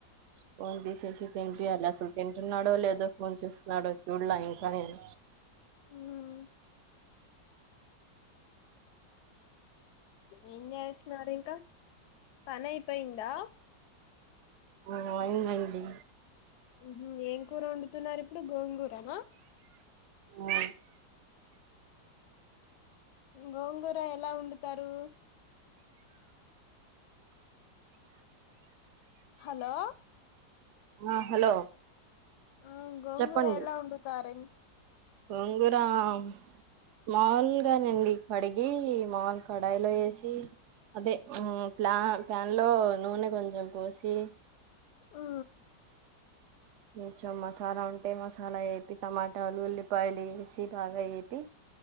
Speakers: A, on the right; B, on the left.
A: ఫోన్ తీసేసి తింపియాలి అసలు తింటున్నాడో, లేదో ఫోన్ చూస్తున్నాడో చూడాల ఇంకా నేన్.
B: మ్మ్ ఏం చేస్తున్నారు ఇంకా పనై పయిందా.
A: ఆ అయిందండి.
B: ఉహుం ఏం కూర వండుతున్నారు. ఇప్పుడు గోంగూరనా
A: అ
B: గోంగూర ఎలా వండుతారు‌. హలో
A: ఆ హలో
B: ఆ గోంగూర
A: చెప్పండి
B: ఎలా వండుతారెన్
A: గోంగూర ఆమ్ మాముల్ గానండి కడిగి మాల్ కడయిలో ఎ సి అదే హు ప్లా దాన్లో నూనె కొంజం కోసి
B: ఉ
A: కొంచెం మసాలా ఉంటే మసాలా ఏపి టమాటాలు, ఉల్లిపాయలు ఏసి బాగా ఏపి